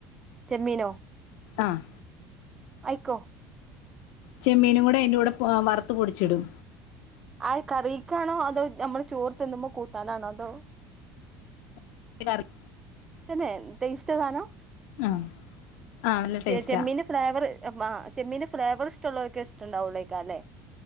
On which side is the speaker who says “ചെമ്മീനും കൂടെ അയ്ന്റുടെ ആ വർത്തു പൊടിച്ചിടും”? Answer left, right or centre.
Left